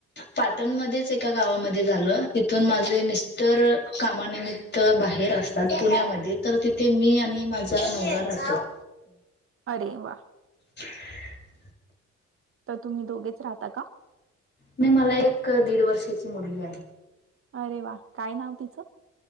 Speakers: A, on the left; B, on the right.
A: पाटणमध्येच एका गावामध्ये झालं तिथून माझे मिस्टर कामानिमित्त बाहेर असतात पुण्यामध्ये तर तिथे मी आणि माझा नवरा राहतो.
B: अरे वा
A: <inaudible>
B: तर तुम्ही दोघेच राहता का,
A: नाही मला एक दीड वर्षाची मुलगी आहे.
B: अरे! वा काय नाव तिचं?